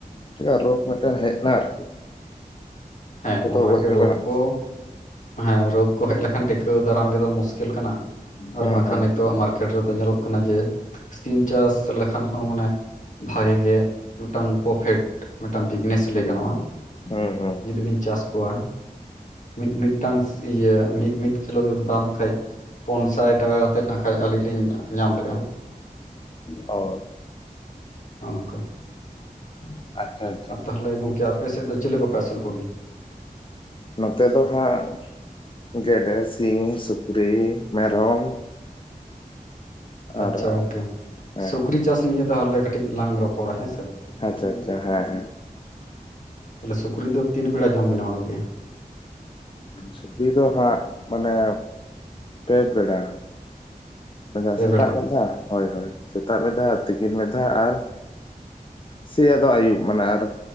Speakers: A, on the left; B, on the left.
A: ᱪᱤᱜ ᱠᱟ ᱨᱳᱠ ᱢᱤᱫᱴᱮᱱ ᱦᱮᱡ ᱮᱱᱟ ᱟᱨᱠᱤ
B: ᱦᱮᱸ
A: ᱡᱚᱛᱚ
B: ᱚᱱᱟ
A: ᱜᱚᱡ
B: ᱜᱮ
A: ᱪᱟᱵᱟᱭᱱᱟ
B: ᱨᱳᱠ ᱠᱚ ᱦᱮᱸ ᱨᱳᱠ ᱜᱚᱡ ᱞᱮᱠᱷᱟᱱ ᱴᱤᱠᱟᱹᱣ ᱫᱟᱨᱟᱢ ᱜᱮᱛᱚ ᱢᱩᱥᱠᱤᱞ ᱠᱟᱱᱟ ᱟᱨ
A: ᱦᱩᱸ
B: ᱵᱟᱝᱠᱷᱟᱱ
A: ᱦᱩᱸ
B: ᱱᱤᱛᱚᱜ ᱟᱜ ᱢᱟᱨᱠᱮᱴ ᱨᱮᱫᱚ ᱧᱮᱞᱚᱜ ᱠᱟᱱᱟ ᱡᱮ ᱥᱤᱢ ᱪᱟᱥ ᱞᱮᱠᱷᱟᱱ ᱦᱚ ᱢᱟᱱᱮ ᱵᱷᱟᱜᱤ ᱜᱮ ᱢᱤᱫᱴᱟᱝ ᱯᱨᱚᱯᱷᱤᱴ ᱢᱤᱫᱴᱟᱝ ᱵᱤᱡᱽᱱᱮᱥ ᱞᱟᱹᱭ ᱜᱟᱱᱚᱜ-ᱟ
A: ᱦᱩ ᱦᱩ
B: ᱵᱤᱱ ᱪᱟᱥ ᱠᱚᱣᱟ ᱢᱤᱫ ᱢᱤᱫ ᱴᱟᱝ ᱤᱭᱟᱹ ᱢᱤᱫ ᱢᱤᱫ ᱠᱤᱞᱳ ᱫᱟᱢ ᱠᱷᱟᱡ ᱯᱳᱱ ᱥᱟᱭ ᱴᱟᱠᱟ ᱠᱟᱛᱮᱫ ᱟᱠᱷᱟᱡ ᱟᱹᱞᱤᱧ ᱞᱤᱧ ᱧᱟᱢ ᱞᱮᱜ-ᱟ
A: ᱚ
B: ᱚᱱᱠᱟ
A: ᱦᱸ <inaudible> ᱟᱪᱪᱷᱟ
B: ᱟᱨ ᱛᱟᱦᱚᱞᱮ ᱜᱚᱝᱠᱮ ᱟᱯᱮ ᱥᱮᱫ ᱫᱚ ᱪᱮᱞᱮ ᱠᱚᱯᱮ ᱟᱹᱥᱩᱞ ᱠᱚ ‌ᱜᱮᱭᱟ
A: ᱱᱚᱛᱮ ᱫᱚ ᱦᱟᱸᱜ ᱜᱮᱰᱮ ᱥᱤᱢ ᱥᱩᱠᱨᱤ ᱢᱮᱨᱚᱢ
B: ᱟᱪᱪᱷᱟ
A: ᱟᱨᱚ
B: ᱜᱚᱝᱠᱮ
A: ᱦᱮᱸ
B: ᱥᱩᱠᱨᱤ ᱪᱟᱥ ᱱᱤᱭᱮ ᱛᱟᱦᱚᱞᱮ ᱠᱟᱹᱴᱤᱡ ᱞᱟᱝ ᱨᱚᱯᱚᱲᱟ ᱦᱮᱸ ᱥᱮ
A: ᱟᱪᱪᱷᱟ ᱟᱪᱪᱷᱟ ᱦᱮᱸ ᱦᱮᱸ
B: ᱛᱟᱦᱚᱞᱮ ᱥᱩᱠᱨᱤ ᱫᱚ ᱛᱤᱱ ᱵᱮᱲᱟ ᱡᱚᱢ ᱵᱮᱱ ᱮᱢᱟᱠᱚᱜᱮᱭᱟ
A: ᱥᱩᱠᱨᱩ ᱫᱚ ᱦᱟᱜ ᱢᱟᱱᱮ ᱯᱮ ᱵᱮᱲᱟ ᱢᱤᱫ ᱫᱷᱟᱣ
B: ᱯᱮ
A: ᱥᱮᱛᱟᱜ
B: ᱵᱮᱲᱟ
A: ᱢᱤᱫ ᱫᱷᱟᱣ ᱦᱳᱭ ᱦᱳᱭ ᱥᱮᱛᱟᱜ ᱢᱤᱫ ᱫᱷᱟᱣ ᱛᱤᱠᱤᱱ ᱢᱤᱫ ᱫᱷᱟᱣ ᱟᱨ ᱥᱮ ᱟᱫᱚ ᱟᱭᱩᱵ ᱢᱟᱱᱮ ᱟᱨ